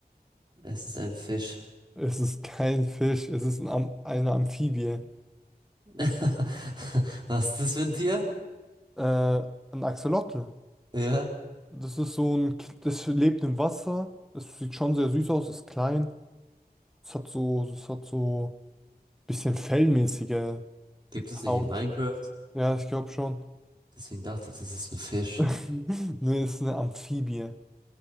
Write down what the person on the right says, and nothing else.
Es ist ein Fisch.
<laughs> Was ist das für ein Tier?
Ja,
gibt es nicht
in Minecraft.
Deswegen dachte ich, das ist ein Fisch.